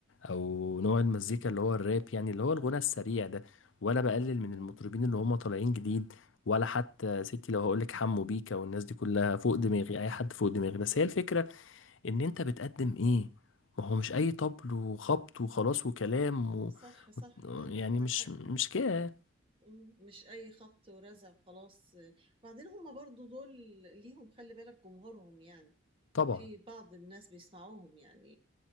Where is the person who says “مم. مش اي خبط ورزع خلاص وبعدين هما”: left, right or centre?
Right